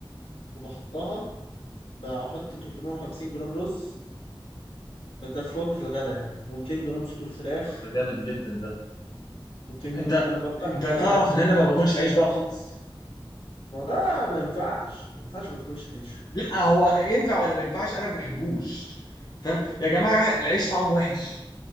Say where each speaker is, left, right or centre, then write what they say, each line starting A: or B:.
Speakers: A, on the left; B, on the left.
A: وبحطها بحط 350 جرام رز ده في وجبة الغداء يعني و200 جرام صدور فراخ
B: طب ده جامد جدا ده
A: 200 جرام
B: انت
A: ما انا بقى بقى-
B: انت تعرف
A: ما
B: ان انا ما باكلش عيش بقى خالص
A: ما ده ما ينفعش ما ينفعش ما تاكلش عيش
B: لا هو ينفع ولا ما ينفعش انا ما بحبوش فاهم يا جماعه العيش طعمه وحش